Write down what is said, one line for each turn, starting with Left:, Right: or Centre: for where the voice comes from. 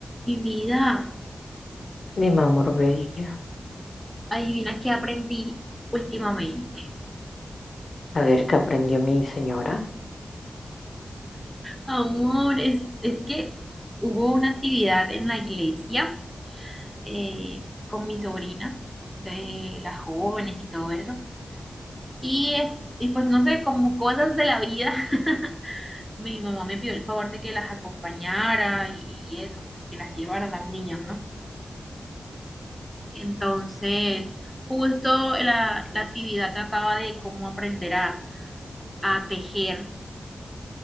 Centre: Mi vida,
Left: Mi amor bello.
Centre: adivina qué aprendí últimamente.
Left: A ver qué aprendió mi señora.
Centre: Amor, es, es que hubo una actividad en la iglesia eh, con mi sobrina, de las jóvenes y todo eso. Y, es- y pues no sé, como cosas de la vida, <laughs> mi mamá me pidió el favor de que las acompañara y eso, pues que las llevara a las niñas, ¿no? Entonces, justo la, la actividad trataba de cómo aprender a, a tejer.